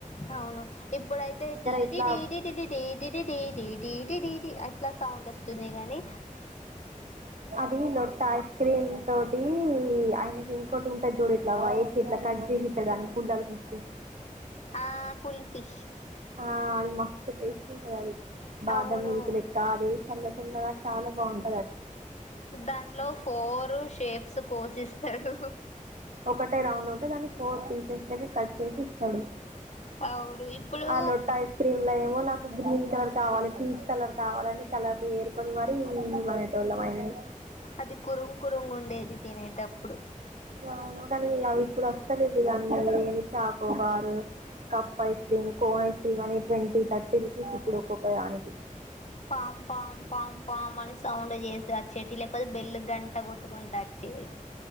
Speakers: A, on the left; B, on the right.
A: అవును ఇప్పుడైతే టీటిట్
B: ఇట్లా
A: టీటిటిటిటీ టిటిటీ టీ టీ టిటీ టి అట్లా సౌండ్ వస్తుంది గని
B: అదీ లొట్ట ఐస్ క్రీమ్ తోటీ ఆయనకి ఇంకోటి ఉంటది చూడు ఇట్లా వైట్ ఇట్లా కట్జేసీ ఇత్తరు దాన్ని కుండాలు గుచ్చి
A: ఆ కుల్ఫీ
B: ఆ అది మస్త్ టె టేస్ట్ ఉంటది అది బాదమ్
A: అవును
B: మిల్క్ లెక్క అది చల్ల చల్లగా చాలా బావుంది
A: దాంట్లో ఫోరు షేప్ సో కోసి ఇస్తడు
B: ఒకటే రౌండ్ ఉంటే దాన్ని ఫోర్ పీసెస్ దగ్గర కట్ చేసి ఇస్
A: అవును ఇప్పుడు
B: ఆ లొట్ట ఐస్ క్రీమ్ లో ఏమో నాకు గ్రీన్ కలర్ కావాలి పీ కలర్ కావాలని కలర్ వేసుకొని మరీ ఈయ మనటోళ్ళం ఆయనని
A: అది కురుంగ్ కురుంగ్ ఉండేది తినేటప్పుడు
B: అవును కానీ అవి ఇప్పుడు వస్తలేవు అన్నీ ఏ choco bar cup ice cream cone ice cream అనీ ట్వంటీ థర్టీ రూపీస్ ఇప్పుడు ఒక్కొక్క దానికి
A: పామ్ పామ్ పామ్ పామ్ అని సౌండ్ చేసారు చెటి లేబల్ బెల్లు గంట కొట్టుకుంట అచ్చేది